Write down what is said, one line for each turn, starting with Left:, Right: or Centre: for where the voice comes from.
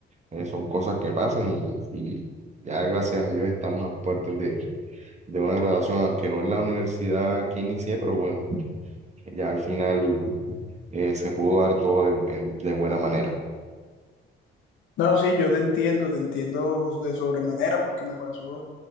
Right: eh, son cosas que pasan y, y ya gracias a Dios estamos a puertas de, de una graduación, aunque no en la universidad que inicié, pero bueno, ya al final eh, se pudo dar todo de, en- de buena manera.
Left: No, sí, yo te entiendo, te entiendo de sobremanera porque me pasó,